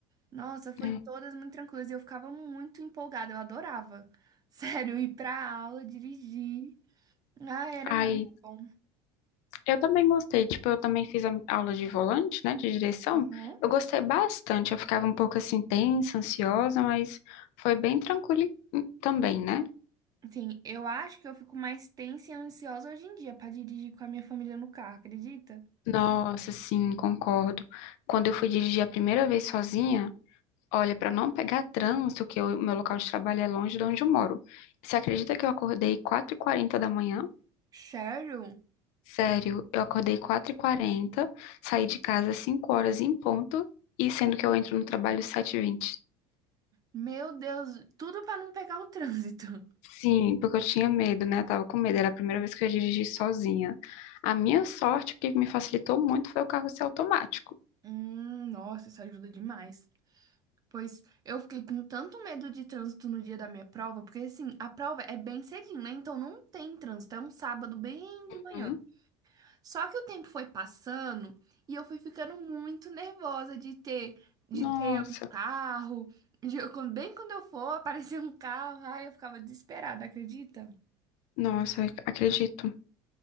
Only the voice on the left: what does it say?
é.
Aí.
Eu também gostei, tipo, eu também fiz a aula de volante, né, de direção.
Eu gostei bastante, eu ficava um pouco assim tensa, ansiosa, mas foi bem tranquilo e- também, né?
Nossa, sim, concordo. Quando eu fui dirigir a primeira vez sozinha, olha, para não pegar trânsito, que o meu local de trabalho é longe de onde eu moro. Você acredita que eu acordei quatro e quarenta da manhã?
Sério, eu acordei quatro e quarenta, saí de casa às 5 horas em ponto, e sendo que eu entro no trabalho às 7h20.
Sim, porque eu tinha medo, né? Eu tava com medo. Era a primeira vez que eu ia dirigir sozinha. A minha sorte, o que me facilitou muito foi o carro ser automático.
Hum,
Nossa,
nossa, acredito,